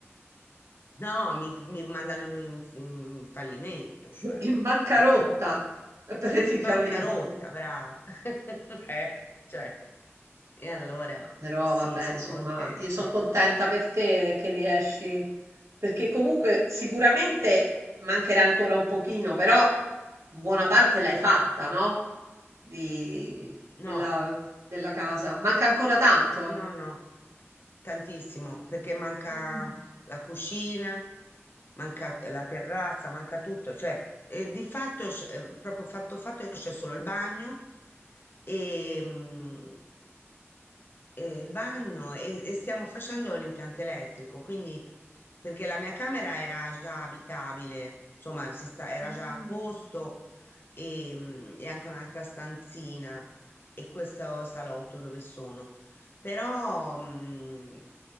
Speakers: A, on the left; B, on the right.
A: No, mi, mi mandano in, in fallimento, cioè.
B: In bancarotta,
A: Eh,
B: <laughs> praticamente.
A: bancarotta, brava. <laughs> Eh, cioè, e allora
B: Però
A: sì,
B: vabbè,
A: sono
B: insomma,
A: contenta
B: io sono contenta
A: però.
B: per te che riesci, perché comunque sicuramente mancherà ancora un pochino, però buona parte l'hai fatta, no? Di- della,
A: No,
B: della casa. Manca ancora tanto.
A: no, no, tantissimo, perché manca
B: Mm.
A: la cucina, manca la terrazza, manca tutto, cioè eh, di fatto, c'è- eh, proprio fatto fatto, c'è solo il bagno e, mm, eh, il bagno e, e stiamo facendo l'impianto elettrico, quindi perché la mia camera era già abitabile, insomma, si sta- era
B: Mh.
A: già a posto e, mm, e anche un'altra stanzina e questo salotto dove sono. Però mm,